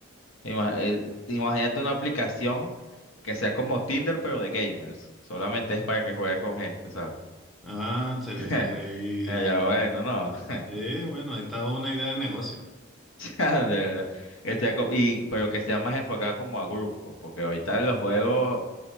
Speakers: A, on the left (about 70°); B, in the centre.
A: Ima- eh, imagínate una aplicación que sea como Tinder, pero de gamers. Solamente es para que juegues con gente, ¿sabes?
B: Ah, sería
A: <laughs>
B: increíble.
A: Ya, bueno, no. <laughs>
B: Eh, bueno, ahí está una idea de negocio.
A: <laughs> De verdad. Que sea co- y, pero que sea más enfocada como a grupos, porque ahorita en los juegos,